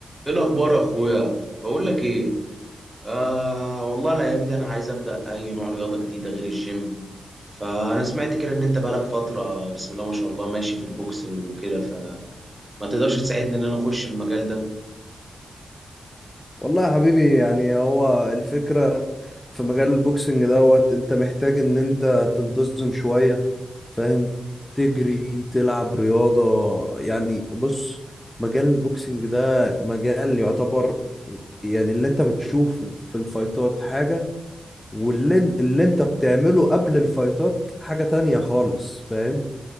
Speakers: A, on the right (about 20°); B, on the left (about 15°).
A: ايه الاخبار يا اخويا بقول لك ايه آه والله الايام دي انا عايز ابدا اي نوع رياضه جديده غير الجيم فانا سمعت كده ان انت بقالك فتره بسم الله ما شاء الله ماشي في البوكسنج وكده فما تقدرش تساعدني ان انا اخش المجال ده
B: والله يا حبيبي يعني هو الفكرة في مجال البوكسنج دوت انت محتاج ان انت تنتظم شوية فاهم تجري تلعب رياضة يعني بص مجال البوكسنج ده مجال يعتبر يعني اللي انت بتشوفه في الفايتات حاجة واللي اللي انت بتعمله قبل الفايتات حاجة تانية خالص فاهم